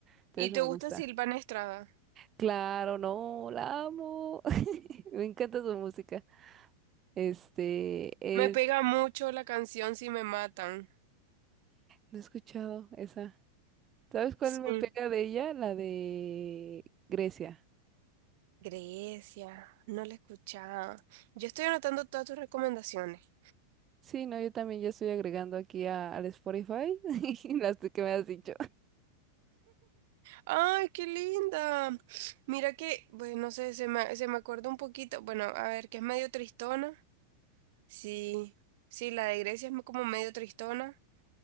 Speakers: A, on the right; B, on the right.
A: entonces
B: ¿Y te
A: me
B: gusta
A: gusta.
B: Silvana Estrada?
A: Claro, no, la amo. <laughs> Me encanta su música. Este,
B: Me pega
A: es,
B: mucho la canción Si me matan.
A: no he escuchado esa. ¿Sabes cuál
B: Sí.
A: me pega de ella? La de Grecia.
B: Grecia, no la he escuchado. Yo estoy anotando todas tus recomendaciones.
A: Sí, no, yo también ya estoy agregando aquí a- al Spotify <laughs> las que me has dicho.
B: ¡Ay, qué linda! Mira que, bueno, no sé, se me, se me acuerda un poquito. Bueno, a ver, que es medio tristona. Sí, sí, la de Grecia es como medio tristona.